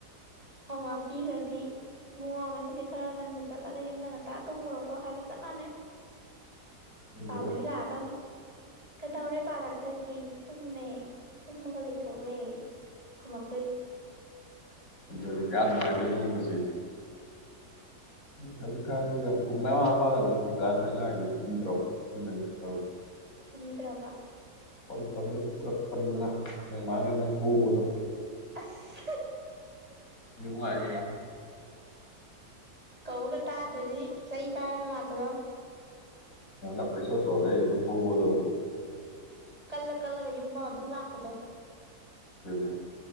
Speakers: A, on the right (about 20°); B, on the left (about 55°).
A: ꯍꯣꯡꯉꯥꯛꯄꯤꯤꯈ꯭ꯔꯗꯤ ꯎꯨꯡꯉ ꯉꯁꯤꯗꯤ ꯈꯔ ꯉꯟꯅ ꯆꯠꯂꯒ ꯌꯨꯝꯗ ꯉꯟꯇꯥ ꯇꯨꯝꯃꯨꯔꯣꯀꯣ ꯍꯥꯏꯕ ꯆꯞ ꯃꯥꯟꯅꯩ
B: ꯈꯪꯗꯦꯗ
A: ꯄꯥꯗꯕꯤ ꯂꯥꯛꯑꯗꯧꯅꯤ ꯀꯩꯗꯧꯔꯦ ꯄꯥꯔꯛꯇ꯭ꯔꯗꯤ ꯇꯨꯝꯃꯦ ꯇꯨꯝꯃꯒ ꯂꯩꯊꯣꯛꯎ꯭ꯔꯦ ꯈꯨꯝꯃꯛꯇꯣꯏꯁꯦ
B: ꯑꯗꯨ ꯀꯌꯥ ꯅꯨꯡꯉꯥꯏꯗꯦꯅꯤ ꯃꯣꯏ ꯄꯁꯤ ꯍꯧꯖꯤꯛꯀꯥꯟꯁꯤ ꯌꯥꯝ ꯀ ꯃꯃꯄꯥꯥꯟꯁꯨ ꯍꯧꯖꯤꯛꯀꯥꯟꯁꯦ ꯑꯉꯥꯡꯁ ꯈꯨꯝꯕꯤꯗ꯭ꯔꯕ ꯑꯗꯨꯅꯁꯨ ꯇꯧꯔꯤꯁꯦ
A: ꯐꯨꯕꯤꯗ꯭ꯔꯕ
B: ꯍꯈꯣꯏ ꯃꯇꯝꯗꯨꯗꯗꯤ ꯄꯨꯔꯛꯄꯅꯤꯗꯅ ꯅ ꯃꯥꯥꯡꯉ ꯃꯥ ꯍꯨꯕꯗꯣ
A: ꯑꯁ
B: ꯏꯦ
A: ꯀꯒ ꯇꯥꯗ꯭ꯔꯗꯤ ꯆꯩ ꯄꯥꯏꯔꯒ ꯂꯥꯛꯄꯗꯣ
B: ꯑꯄꯤꯁ ꯁꯣꯒꯦ ꯏ ꯑꯗꯨꯝ ꯄꯗ ꯑꯗꯨ
A: ꯀꯜꯂ ꯀꯜꯂꯒ ꯌꯨꯝꯕꯥꯥꯎ ꯑꯗꯨꯝ ꯂꯥꯛꯄꯗꯣ
B: ꯑꯗꯨꯅꯤ